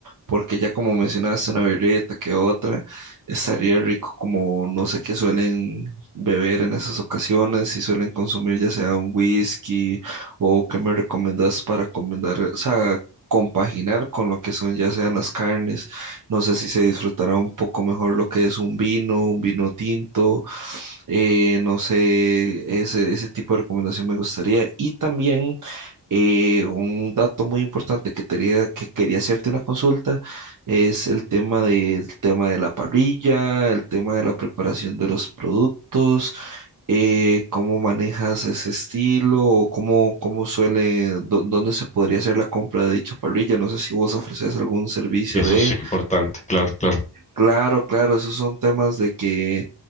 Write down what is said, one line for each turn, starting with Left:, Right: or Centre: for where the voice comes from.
Right: porque ya como mencionaste, una birrita que otra, estaría rico como no sé qué suelen beber en esas ocasiones, si suelen consumir ya sea un whisky o qué me recomendás para combinar, o sea, compaginar con lo que son ya sean las carnes, no sé si se disfrutará un poco mejor lo que es un vino, un vino tinto eh, no sé, ese, ese tipo de recomendación me gustaría. Y también eh, un dato muy importante que quería, que quería hacerte una consulta es el tema de, el tema de la parrilla, el tema de la preparación de los productos, eh, cómo manejas ese estilo o cómo, cómo suele, dó- dónde se podría hacer la compra de dicha parrilla. No sé si vos ofreces algún servicio
Left: Eso
Right: de...
Left: es importante, claro, claro.
Right: Claro, claro, esos son temas de que